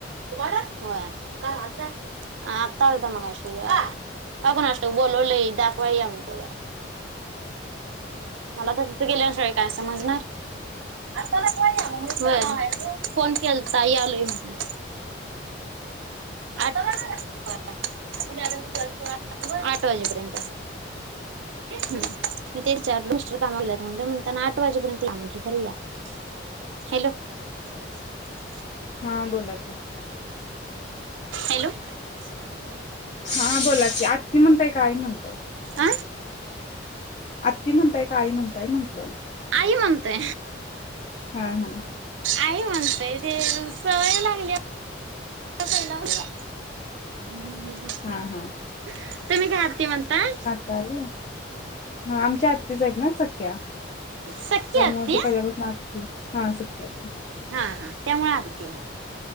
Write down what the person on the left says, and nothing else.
हा बोला की.
हा बोला की. आत्या म्हणताय की आई म्हणताय?
आत्ती म्हणताय का, आई म्हणताय म्हंटलं?
हं हं.
हा हा
आम्ही. हा आमच्या आत्तीच आहेत ना सख्ख्या.
त्यामुळे
ते पहिल्या पासून आती. हा सख्ख्या आती.